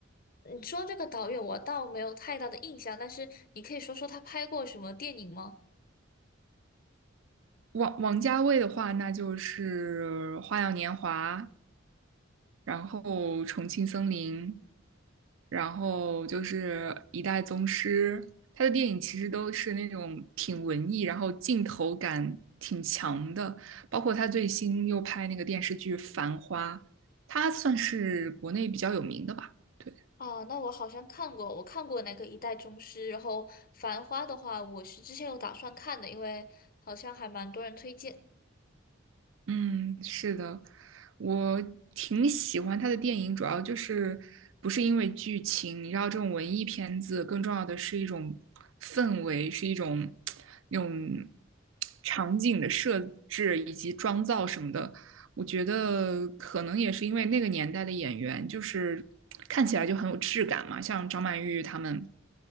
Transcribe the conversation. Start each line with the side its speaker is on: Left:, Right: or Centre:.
Left: 你说这个导演我倒没有太大的印象，但是你可以说说他拍过什么电影吗？
Right: 王王家卫的话，那就是《花样年华》，然后《重庆森林》。然后就是一代宗师，他的电影其实都是那种挺文艺，然后镜头感挺强的，包括他最新又拍那个电视剧《繁花》，他算是国内比较有名的吧。对。
Left: 啊，那我好像看过，我看过那个《一代宗师》，然后《繁花》的话，我是之前有打算看的，因为好像还蛮多人推荐。
Right: 嗯，是的，我挺喜欢他的电影，主要就是不是因为剧情，你知道这种文艺片子更重要的是一种氛围，是一种那种场景的设置以及妆造什么的。我觉得可能也是因为那个年代的演员就是看起来就很有质感嘛，像张曼玉他们，